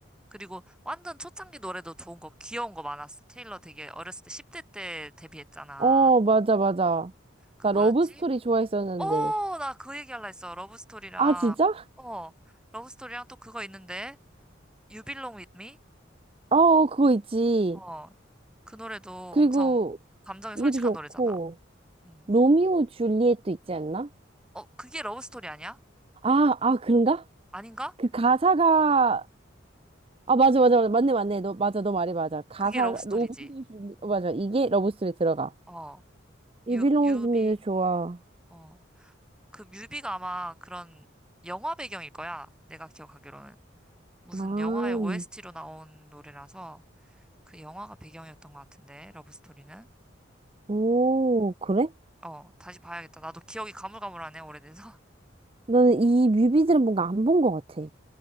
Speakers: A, in the centre; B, on the right.
A: 그리고 완전 초창기 노래도 좋은 거, 귀여운 거 많았어. 테일러 되게 어렸을 때, 10대 때 데뷔했잖아.
B: 어 맞아 맞아.
A: 그
B: 나
A: 뭐였지?
B: 러브 스토리 좋아했었는데
A: 어, 나 그 얘기할라 했어. 러브스토리랑,
B: 아 진짜?
A: 어, 러브스토리랑 또 그거 있는데, You Belong With Me?
B: 어 어, 그거 있지.
A: 어, 그 노래도
B: 그리고
A: 엄청 감정이
B: 이것도
A: 솔직한
B: 좋고
A: 노래잖아. 음.
B: 로미오 줄리엣도 있지 않나?
A: 어, 그게 러브스토리 아니야?
B: 아 아 그런가?
A: 아닌가?
B: 그 가사가 아, 맞아, 맞아, 맞아. 맞네, 맞네. 너, 맞아, 너 말이 맞아. 가사,
A: 그게 러브스토리지.
B: 로봇, 줄리- 어, 맞아. 이게 러브스토리 들어가.
A: 어,
B: You
A: 유,
B: belong
A: 유비,
B: with me도 좋아.
A: 어, 그 뮤비가 아마 그런 영화 배경일 거야. 내가 기억하기로는. 무슨
B: 아,
A: 영화의 OST로 나온 노래라서 그 영화가 배경이었던 것 같은데, 러브스토리는.
B: 오, 그래?
A: 어, 다시 봐야겠다. 나도 기억이 가물가물하네, 오래돼서.
B: 나는 이 뮤비들은 뭔가 안 본 것 같아.